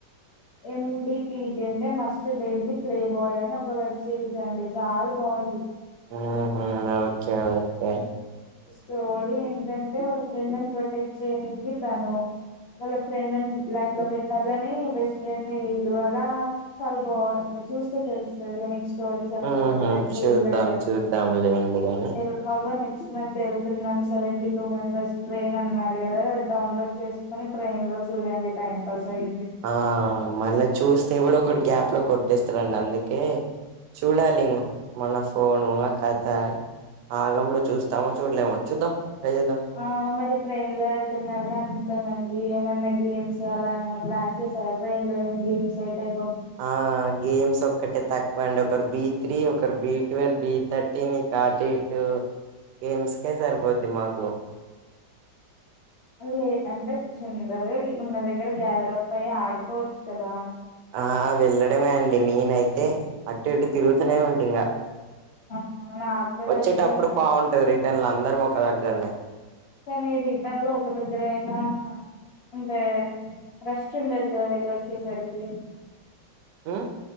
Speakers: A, on the left (about 85°); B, on the right (about 75°).
A: ఎం డి పి టి అంటే must date the play boy అని ఒక వెబ్ సిరీస్ అండి చాల బాగుంది.
B: ఆ హా ఓకే ఓకే
A: స్టోరీ ఏంటంటే, వాళ్ళ ఫ్రెండ్లని ప్రొటెక్ట్ చేయనికి తను వాళ్ళ ఫ్రెండ్లని లైన్ లో పెట్టాలనీ, బెస్ట్ ఫ్రెండ్ ని వీడు అలా చాల బాగుంది. మీకు చూస్తే తెలుస్తది ఇక నెక్స్ట్ స్టోరీ చెప్పకూడదు
B: ఊహు
A: మీరు చూడలేదు.
B: చూద్దాం చూద్దాం లేండి గాని
A: అది అవ్వని నెక్స్ట్ మంత్ ఎల్తున్నాం సెవెంటీ టూ మెంబర్స్ ట్రైన్ అన్నారు కదా, డౌన్లోడ్ చేసుకొని ట్రైన్ లో చూడండి. టైం పాస్ అయి
B: ఆ మళ్ళ చూస్తే ఎవడో క్కడు గ్యాప్ లో కొట్టేస్తరండి అందుకే చూడాలి, ఇం మన ఫోను ఆ కథ ఆగంలో చూస్తామో, చూడలేమొ చూద్దాం. ట్రై చేద్దాం
A: ఆ మరి ట్రైన్ లో ఎళ్తున్నారుగా అంత మం ది ఏమైన్నా గేమ్స్ అలా ఏమైన్నా ప్లాన్ చేశారా ట్రైన్ లో ఏం గేమ్స్ ఏ టై
B: ఆ గేమ్స్ ఒక్కటే త క్కువ అండి ఒకరు బి త్రీ, ఒకరు బి టువెల్, బి థర్టీన్, ఇక అటు ఇటూ గేమ్స్ కే సరిపోద్ది మాకు.
A: లే అంటే జనరల్ గా ఉన్న దగ్గర గ్యాదరప్ అయ్యి ఆడుకోవచ్చు కదా.
B: ఆ వెళ్ళడమే అండి నేనైతే అ టు ఇటు తిరుగుతూనే ఉంటింగ,
A: అవును నాకు కూడా
B: వచ్చేటప్పుడు
A: ఇష్టమే
B: బాగుంటది. రిటర్న్ల అందరం ఒక దగ్గరనే
A: కానీ ఇది ఇబ్బందిగా ఒక దగ్గరయినా, అంటే రెస్ట్ ఉండది కదా వెళ్ళ వచ్చేసరికి.
B: ఆ